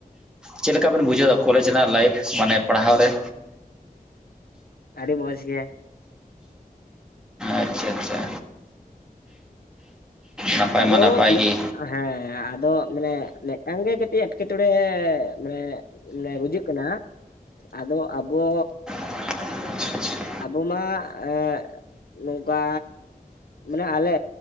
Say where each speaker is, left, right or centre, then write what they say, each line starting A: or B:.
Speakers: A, in the centre; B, on the left (about 80°).
A: ᱪᱮᱫ ᱞᱮᱠᱟ ᱵᱮᱱ ᱵᱩᱡᱷᱟᱹᱣ ᱮᱫᱟ ᱠᱚᱞᱮᱡ ᱨᱮᱱᱟᱜ ᱞᱟᱭᱤᱯᱷ ᱢᱟᱱᱮ ᱯᱟᱲᱦᱟᱣ ᱨᱮ?
B: ᱟᱹᱰᱤ ᱢᱚᱸᱡᱽ ᱜᱮ,
A: ᱟᱪᱪᱷᱟ ᱟᱪᱪᱷᱟ᱾ ᱱᱟᱯᱟᱭ
B: ᱟᱫᱚ
A: ᱢᱟ ᱱᱟᱯᱟᱭ ᱜᱮ
B: ᱦᱮᱸ ᱟᱫᱚ ᱢᱟᱱᱮ ᱢᱤᱫᱴᱟᱝ ᱜᱮ ᱠᱟᱹᱴᱤᱡ ᱮᱴᱠᱮᱴᱚᱬᱮ ᱢᱟᱱᱮ ᱢᱟᱱᱮ ᱵᱩᱡᱷᱟᱹᱜ ᱠᱟᱱᱟ ᱟᱫᱚ ᱟᱵᱚ
A: <unintelligible>
B: ᱟᱵᱚ ᱢᱟ ᱮᱸ ᱱᱚᱝᱠᱟ ᱢᱟᱱᱮ ᱟᱞᱮ